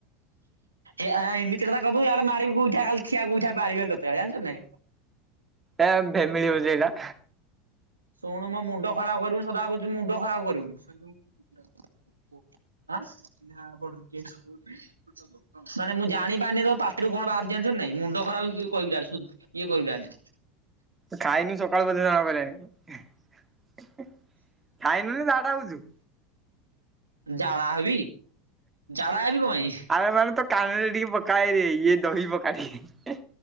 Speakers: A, on the right (about 80°); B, on the right (about 15°).
A: ଏ ଏମିତି କଥା କବୁ ଇଆଡେ ମାରିବୁ ଗୁଇଠା ଖାଲି ଠିଆ ଗୁଇଠା ମାରିବେ ତତେବେଳେ ଜାଣିଛୁ ନାଇଁ
B: ଏ ଭେମିଳି ହଉଛି ଏଇଟା
A: ଶୁଣୁ ମୋ ମୁଣ୍ଡ ଖରାପ କରିବୁନି ସଦାବେଳେ କହୁଛି ମୁଣ୍ଡ ଖରାପ କରିବୁନି। ଆ ହାଁ କି <unintelligible> ମାନେ ମୁଁ ଜାଣିପାରୁନି ତୋ ପାଟିରୁ କଣ ବାହାରୁଚି ଜାଣିଚୁ କି ନାଇଁ ମୁଣ୍ଡ ଖରାପ କହିବୁ ଜା ହାଡ଼େ ସ ଇଏ କରିବୁ ଜା ହାଡ଼େ
B: ତୁ ଖାଇନୁ ସକାଳୁ ବୋଧେ ଜଣାପଇଲାଣି ଖାଇନୁ ନା ଝାଡା ହଉଛୁ?
A: ଜାଡା ହେବି ଝାଡା ହେବି କଁ ପାଇଁ?
B: ଆରେ ନହେଲେ ତୋ କାନରେ ଟିକେ ପକା ଏଇ ଇଏ ଦହି ପକା ଟିକେ